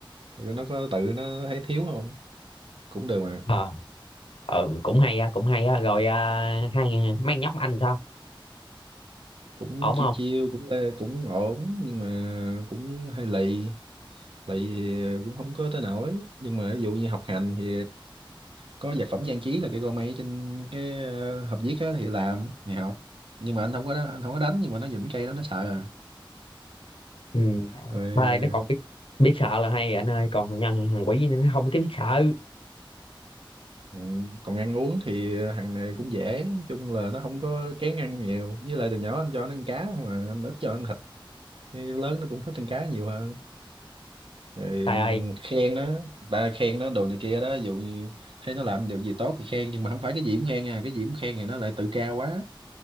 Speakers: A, on the right; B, on the left.
A: Rồi nó có tự nó thấy thiếu không? Cũng được mà,
B: ờ ừ cũng hay á cũng hay á rồi à, hai mang nhóc anh sao
A: cũng
B: ổn
A: chiêu
B: không
A: chiêu cũng ê, cũng ổn nhưng mà cũng hơi lì, lì thì cũng không có tới nổi, nhưng mà ví dụ như học hành thì có vật phẩm trang trí là cái con máy trên cái ờ, hộp viết á thì làm, ngày học. Nhưng mà anh không có anh không có đánh nhưng mà nó dính cây đó nó sợ à.
B: ừ.
A: Rồi
B: thôi nó còn biết biết sợ là hay rồi anh ơi còn nhân thằng quỷ nó không biết biết sợ
A: ừ, còn ăn uống thì hàng này cũng dễ, nói chung là nó không có kén ăn nhiều, với lại từ nhỏ anh cho nó ăn cá không mà anh ít cho ăn thịt, nhưng lớn nó cũng thích ăn cá nhiều hơn. rồi
B: trời ơi
A: khen nó ta khen nó đồ này kia đó ví dụ như thấy nó làm được gì tốt thì khen nhưng mà không phải cái gì cũng khen à cái gì cũng khen thì nó lại tự cao quá